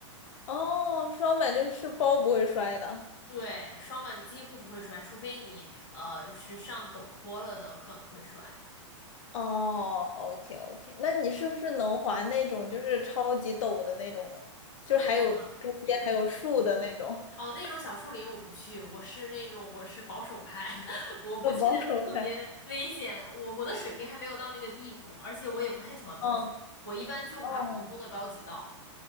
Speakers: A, on the left; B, on the left.
A: 哦，双板就是包不会摔的。
B: 对，双板几乎不会摔，除非你呃是上陡坡了的，可能会摔。
A: 哦，OK OK，那你是不是能滑那种就是超级陡的那种，
B: 特别陡的也也
A: 就是还有中间还有树的那种？<laughs>
B: 哦，那种小树林我不去，我是那种我是保守派，<laughs> 我不去那种特别危险。
A: 要保守派。
B: 我我的水平还没有到那个地步，而且我也不太喜欢冒险。
A: 嗯，
B: 我一般就滑普通的高级道，
A: 哦，